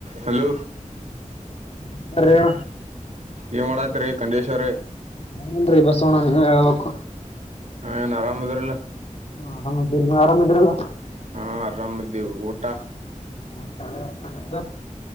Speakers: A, on the right (about 65°); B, on the left (about 55°).
A: ಹಲೋ
B: ನಮಸ್ಕಾರ ರೇಣ
A: ಏನ್ ಮಾಡಾತ್ರಿ ಖಂಡೇಸಿ ಅವ್ರೆ
B: ಹ್ಮ್ ನ್ರಿ ಬಸ್ಸು ಅಣ್ಣ ನೀವಹೇಳ್ಬೇಕು.
A: ಎನ್ ಆರಾಮ ಅದಿರಲ್ಲ.
B: ಆರಾಮಿದ್ದೀರಿ ನೀವ್ ಆರಾಮಿದ್ದೀರಲ್ಲ
A: ಹಾ ಅರಾಮದೀವ ಊಟ
B: ಮ ತಳೆರಪ <unintelligible>